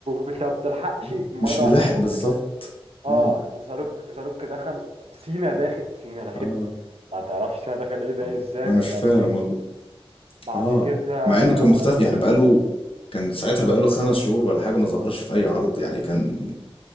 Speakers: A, on the right; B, on the left.
A: انت ما بتلحقش
B: آه،
A: مرة
B: مش ملاحق
A: واحدة هوب
B: بالظبط
A: بتلاقي اه
B: اه
A: زاروك زاروك دخل سينا
B: اه
A: داخل سينا داخل
B: اه
A: ما تعرفش سينا داخل ايه ده
B: آه.
A: إيه ازاي
B: انا
A: ولا
B: مش فاهم
A: منين
B: والله
A: بعد
B: اه
A: كده
B: مع انه
A: آه
B: كان مختفي يعني بقاله كان ساعتها بقاله خمس شهور ولا حاجة ما ظهرش في اي عرض يعني كان